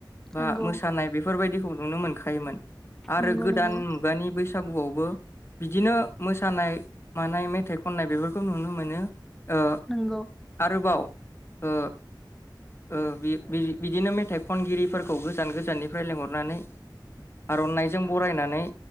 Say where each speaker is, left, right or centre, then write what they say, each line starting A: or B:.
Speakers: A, on the left; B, in the centre.
A: बा
B: नंगौ
A: मोसानाय बेफोरबायदि नुनो मोनखायोमोन। आरो
B: नंगौ
A: गोदान
B: नंगौ
A: मुगानि बै आवबो बिदिनो मोसानाय मानाय मेथाइ खननाय बेफोरखौ नुनो मोनो। ओ
B: नंगौ
A: आरोबाव ओ ओ बिदिनो मेथाइ खनगिरिफोरखौ गोजान गोजाननिफ्राय लिंहरनानै आर'नाइजों बरायनानै